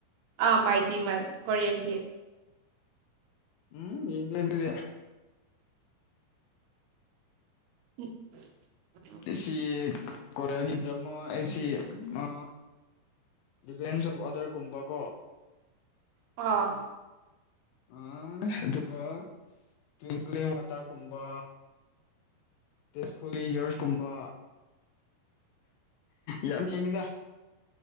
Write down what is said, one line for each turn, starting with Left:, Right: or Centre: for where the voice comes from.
Right: ꯑꯥ ꯃꯥꯏ ꯗꯤꯃꯟ ꯀꯣꯔꯤꯌꯟꯒꯤ
Left: ꯎꯝ ꯌꯦꯡꯗꯦ ꯑꯗꯨꯗꯤ
Right: <unintelligible>
Left: ꯑꯦꯁꯤ ꯀꯣꯔꯤꯌꯥꯒꯤ ꯗ꯭ꯔꯥꯃ ꯍꯥꯢꯁꯤ ꯑ ꯗꯤꯄꯦꯟꯁ ꯑꯣꯐ ꯑꯗꯔꯒꯨꯝꯕ ꯀꯣ
Right: ꯑꯥ
Left: ꯑ ꯑꯗꯨꯒ ꯇ꯭ꯋꯡꯀꯂꯤꯡ ꯋꯥꯇꯔꯒꯨꯝꯕ ꯇꯦꯖ ꯍꯨꯂꯤ ꯌꯣꯔꯁ ꯀꯨꯝꯕ ꯌꯥꯝ ꯌꯦꯡꯉꯤꯗ